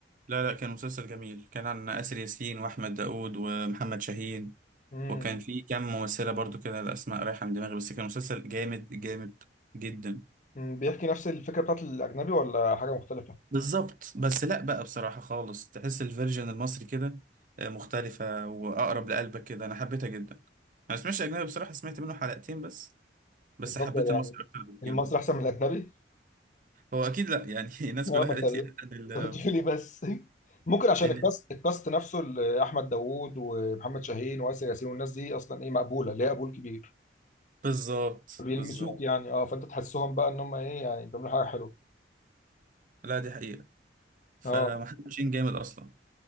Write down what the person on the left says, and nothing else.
امم
مم، بيحكي نفس الفكرة بتاعت الأجنبي ولا حاجة مختلفة؟
يفضل
يعني
المصري
أحسن من الأجنبي؟
<laughs>
اه
ما
أنت
أنت بتقول لي بس <laughs> ممكن عشان
الكاست الكاست نفسه اللي أحمد داوود ومحمد شاهين وآسر ياسين والناس دي أصلا إيه مقبولة ليها قبول كبير
بيلمسوك
يعني أه فأنت تحسهم بقى إن هم إيه يعني بيعملوا حاجة حلوة
أه